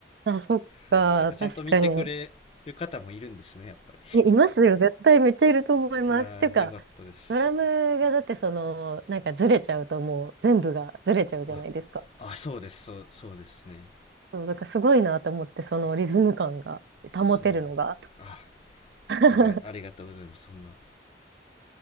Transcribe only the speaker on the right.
あ、そっか、
確かに。
い、いますよ、絶対めっちゃいると思います。
ていうか、
ドラムがだってその、なんかずれちゃうともう全部がずれちゃうじゃないですか。
そう、だからすごいなと思って、そのリズム感が保てるのが。
<laughs>